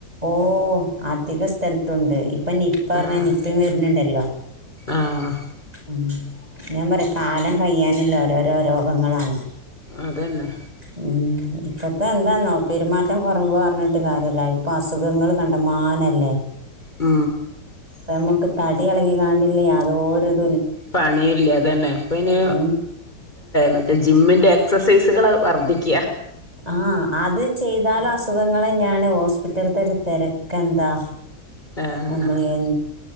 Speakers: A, on the right; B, on the left.
A: ഓ അധിക സ്ഥലത്തുണ്ട് ഇപ്പംനിപ പറഞ്ഞൻ
B: ആഹ്
A: നിപ വരുന്നുണ്ടല്ലോ
B: ആഹ്
A: ഉം ഞാൻ പറയാ കാലം കഴിയാനുള്ള ഓരോരോ രോഗങ്ങളാണ്
B: അത് തന്നെ
A: ഉം. ഇപ്പത്തെ എന്താന്നോ പെരുമാറ്റം കൊറവ് പറഞ്ഞിട്ട് കാര്യല്ല ഇപ്പൊ അസുഖങ്ങള് കണ്ടമാനല്ലേ
B: ആ
A: ഇപ്പൊ നമുക്ക് തടി ഇളകികണ്ടില്ലേ അതുപോലെ -
B: പണില്ല അത് തന്നെ ഇപ്പയിനി
A: ഉം.
B: മറ്റേ ജിമ്മിൻ- ന്റെ എക്സൈസുകള് വർദ്ധിക്കും
A: ആ അത് ചെയ്താലും അസുഖങ്ങൾ തന്നെയാണ് ഹോസ്പിറ്റൽ ഇത്തത്തൊരു തെരെക്കെന്താ
B: ആഹ്
A: നമ്മള് എ-